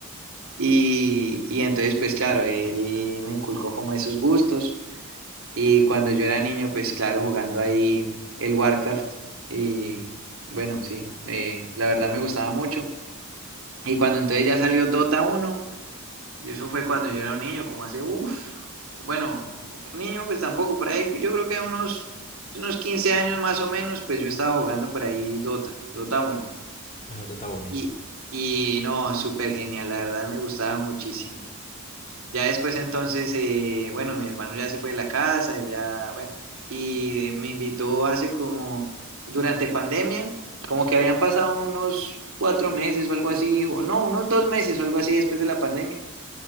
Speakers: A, on the right; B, on the left.
A: Y, y entonces, pues claro, él me inculcó como esos gustos. Y cuando yo era niño, pues claro, jugando ahí el Warcraft. Y bueno, sí, eh, la verdad me gustaba mucho. Y cuando entonces ya salió Dota uno yo Eso fue cuando yo era un niño, como hace, uff, bueno, un niño pues tampoco, por ahí yo creo que unos, unos 15 años más o menos, pues yo estaba jugando por ahí Dota, Dota uno
B: es el Dota uno.
A: Y, y no, súper genial, la verdad me gustaba muchísimo. Ya después entonces, eh, bueno, mi hermano ya se fue de la casa, él ya, bueno, y me invitó hace como, durante pandemia, como que habían pasado unos cuatro meses o algo así, o no, unos dos meses o algo así después de la pandemia